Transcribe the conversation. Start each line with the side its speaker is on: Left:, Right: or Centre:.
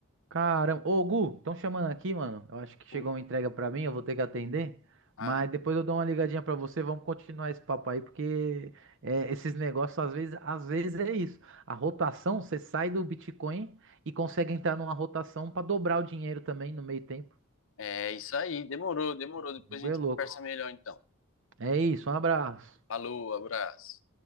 Right: Caramba. Ô, Gu, estão chamando aqui, mano. Eu acho que chegou
Left: Pô,
Right: uma entrega pra mim, eu vou ter que atender.
Left: Ah,
Right: Mas depois eu dou uma ligadinha pra você, vamos continuar esse papo aí, porque é, esses negócios, às vezes, às vezes é isso. A rotação, você sai do Bitcoin e consegue entrar numa rotação pra dobrar o dinheiro também no meio tempo.
Left: é isso aí. Demorou, demorou. Depois
Right: O Gu
Left: a gente
Right: é louco.
Left: conversa melhor, então.
Right: É isso, um abraço.
Left: Falou, abraço.